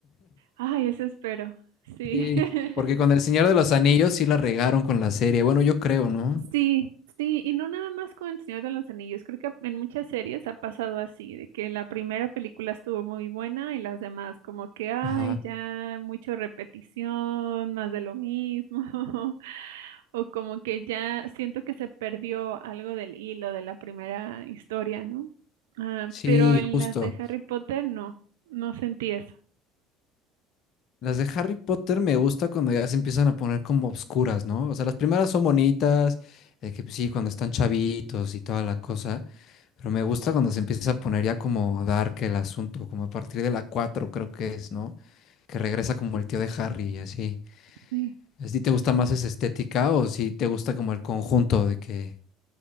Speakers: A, on the right; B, on the left.
A: ay, eso espero. Sí.
B: Sí,
A: <laughs>
B: porque con El Señor de los Anillos sí la regaron con la serie. Bueno, yo creo, ¿no?
A: Sí, sí, y no nada más con El Señor de los Anillos, creo que en muchas series ha pasado así, de que la primera película estuvo muy buena y las demás como que, ay,
B: Ajá.
A: ya mucho repetición, más de lo mismo, <laughs> o como que ya siento que se perdió algo del hilo de la primera historia, ¿no? Ah,
B: Sí,
A: pero en
B: justo.
A: las de Harry Potter no, no sentí eso.
B: Las de Harry Potter me gusta cuando ya se empiezan a poner como obscuras, ¿no? O sea, las primeras son bonitas, eh, que pues sí, cuando están chavitos y toda la cosa, pero me gusta cuando se empieza a poner ya como dark el asunto, como a partir de la 4 creo que es, ¿no? Que regresa como el tío de Harry y así.
A: Sí.
B: ¿A ti te gusta más esa estética o si te gusta como el conjunto de que